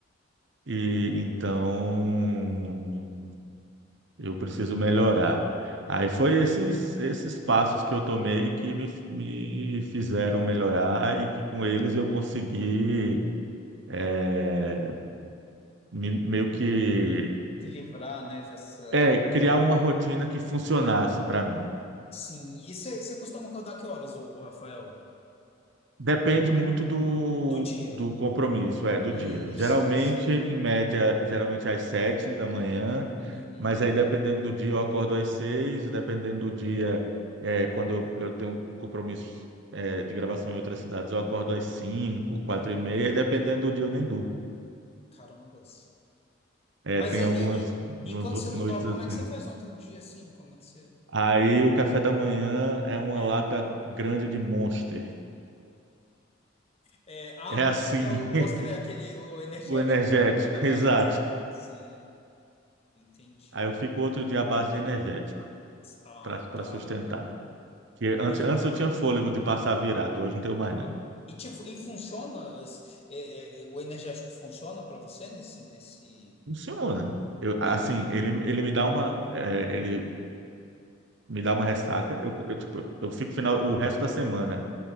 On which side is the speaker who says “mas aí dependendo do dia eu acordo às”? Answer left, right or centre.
Right